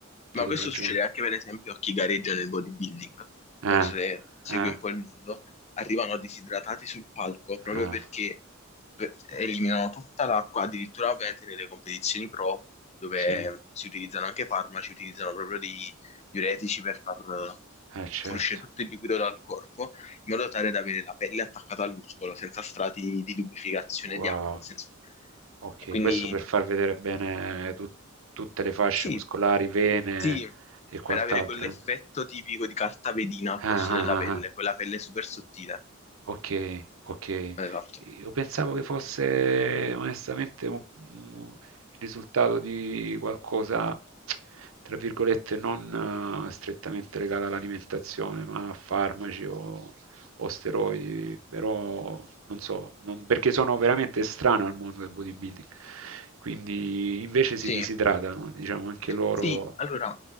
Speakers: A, on the left; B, on the right.
A: Ma
B: ti do
A: questo
B: ragione.
A: succede anche per esempio a chi gareggia nel bodybuilding.
B: Ah,
A: Non so se segui
B: ah,
A: un po' il mondo. Arrivano disidratati sul palco proprio
B: ah,
A: perché per- eliminano tutta l'acqua, addirittura ovviamente nelle competizioni pro, dove
B: sì,
A: si utilizzano anche farmaci, utilizzano proprio dei diuretici per far eh,
B: eh, certo.
A: fuoriuscire tutto il liquido dal corpo in modo tale da avere la pelle attaccata al muscolo senza strati di lubrificazione
B: Wow,
A: di acqua. nel senso-
B: ok,
A: E quindi
B: questo per far vedere bene tut- tutte le fasce
A: sì,
B: muscolari, vene
A: sì,
B: e quant'altro.
A: per avere quell'effetto
B: eh?
A: tipico di carta vedina al
B: Ah,
A: posto
B: ah,
A: della
B: ah,
A: pelle,
B: ah.
A: quella pelle super sottile.
B: Ok, ok.
A: Esatto.
B: Io pensavo che fosse onestamente un- un- il risultato di qualcosa, tra virgolette, non eh, strettamente legato all'alimentazione, ma a farmaci o, o steroidi, però non so, non- perché sono veramente estraneo al mondo del bodybuilding. Quindi invece si
A: Sì.
B: disidratano, diciamo anche loro,
A: Sì, allora,